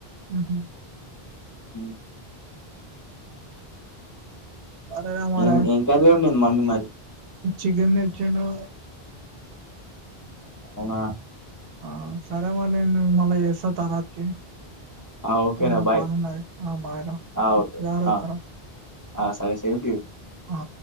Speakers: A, on the right; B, on the left.
A: ఉహు
B: మ్
A: సరేరా మరి
B: ఏం ఏం కర్రీ ఓన్డింది మమ్మీ మరి?
A: చికెన్ తెచ్చండు
B: అవునా
A: ఆ సరే మరి నేను మల్లా చేస్తా తరవాతకి
B: ఆ! ఓకేరా
A: కొంచం
B: బాయ్.
A: పనున్నాది ఆ బయరా
B: ఆ! ఓకే.
A: జాగ్రత్తర
B: ఆ! ఆ సరే సేమ్ టు యూ
A: ఆ